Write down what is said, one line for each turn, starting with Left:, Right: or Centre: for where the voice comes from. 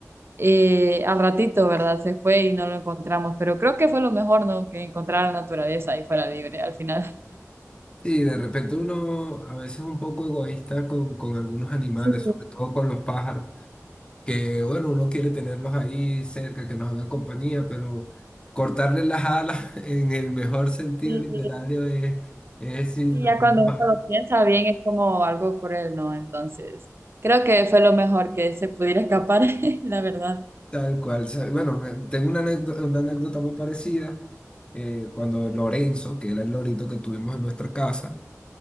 Right: eh, al ratito, ¿verdad? Se fue y no lo encontramos, pero creo que fue lo mejor, ¿no? Que encontrara la naturaleza y fuera libre al final. <laughs>
Left: Sí, de repente uno a veces es un poco egoísta con, con algunos animales,
Right: Sí,
Left: sobre todo con los pájaros. que bueno, uno quiere tenerlos ahí cerca, que nos hagan compañía, pero cortarle las alas <laughs> en el mejor sentido
Right: sí,
Left: literario es, es si
Right: sí,
Left: los
Right: ya
Left: vamos
Right: cuando uno
Left: a ver
Right: lo piensa bien es como... algo cruel, ¿no? Entonces, creo que fue lo mejor que se pudiera escapar, <laughs> la verdad.
Left: tal cual. O sea, Bueno, me- tengo una anécdota, una anécdota muy parecida eh, cuando Lorenzo, que era el lorito que tuvimos en nuestra casa,